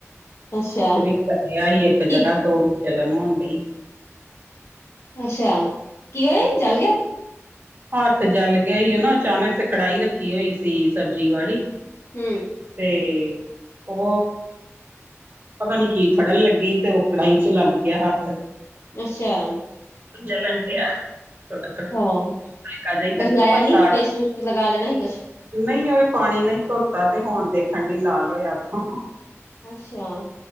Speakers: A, on the left (about 55°); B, on the right (about 35°).
A: ਅੱਛਾ
B: ਹੱਥ ਵੀ ਥੱਕ ਗਿਆ ਇੱਕ ਜਗਾਂਹ
A: ਕੀ
B: ਤੋਂ। ਜਲਨ ਹੋਣ ਡਈ।
A: ਅੱਛਾ! ਕੀ
B: ਹੂੰ,
A: ਹੋਏਆ? ਜਲ ਗਿਆ।
B: ਹੱਥ ਜਲ ਗਿਆ ਸੀ, ਉਨਾ ਅਚਾਨਕ ਸੇ ਕੜਾਈ ਰੱਖੀ ਹੋਈ ਸੀ, ਸਬਜ਼ੀ ਵਾਲੀ।
A: ਹੂੰ!
B: ਤੇ ਉ ਪਤਾ ਨੀ ਕੀ ਫੜਨ ਲੱਗੀ? ਤੇ ਉਹ ਕੜਾਹੀ ਚ ਹੀ ਲੱਗ ਗਿਆ ਹੱਥ।
A: ਅੱਛਾ! ਹੂੰ।
B: ਜਲਨ ਡਿਆ। ਥੋੜਾ-ਥੋੜਾ,
A: ਹਾਂ,
B: ਹਲਕਾ ਜਿਹਾ ਲੱਗਾ,
A: ਕੁਛ ਲਾਇਆ
B: ਪਰ
A: ਨੀ
B: ਸਾੜਤਾ
A: ਪੇਸਟ ਪੂਸਟ ਲਗਾ ਲੈਣਾ ਸੀ ਕੁਛ।
B: ਨਹੀਂਓ ਪਾਣੀ ਨਹੀਂ ਧੋਤਾ। ਤੇ ਹੁਣ ਦੇਖਣ ਡਈ ਲਾਲ ਹੋਇਆ ਹੱਥ, ਹੀ-ਹੀ।
A: ਅੱਛਾ,